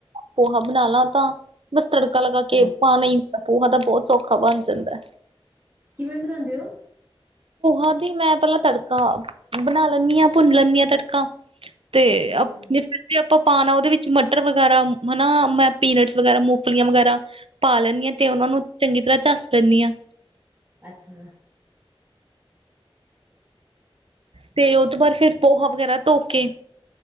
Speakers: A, on the right (about 70°); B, on the right (about 20°).
A: ਪੋਹਾ ਬਣਾ ਲਾ ਤਾਂ ਬਸ ਤੜਕਾ ਲਗਾ ਕੇ
B: ਹਾਂਜੀ,
A: ਪਾਣਾ ਈ ਪੋਹਾ ਤਾਂ ਬਹੁਤ ਸੌਖਾ ਬਣ ਜਾਂਦਾ ਐ।
B: ਕਿਵੇਂ ਬਣਾਦੇ ਆ?
A: ਹਾ ਦੀ ਮੈਂ ਪਹਿਲਾਂ ਤੜਕਾ ਬਣਾ ਲੈਂਦੀ ਆ, ਭੁੰਨ ਲੈਂਨੀ ਆ, ਤੜਕਾ ਤੇ
B: ਹੂੰ,
A: ਆਪਣੀ ਜੇ ਆਪਾਂ ਪਾਣਾ ਉਹਦੇ ਵਿੱਚ ਮਟਰ ਵਗੈਰਾ ਹਨਾ ਮੈਂ ਪੀਨਟਸ ਵਗੈਰਾ, ਮੂੰਗਫਲੀਆਂ ਵਗੈਰਾ ਪਾ ਲੈਂਨੀ ਆ ਤੇ ਉਹਨਾਂ ਨੂੰ ਚੰਗੀ ਤਰ੍ਹਾਂ ਝੱਸ ਦੇਨੀ ਆ।
B: ਅੱਛਾ
A: ਤੇ ਉਹ ਤੋਂ ਬਾਅਦ ਫਿਰ ਪੋਹਾ ਵਗੈਰਾ ਧੋ ਕੇ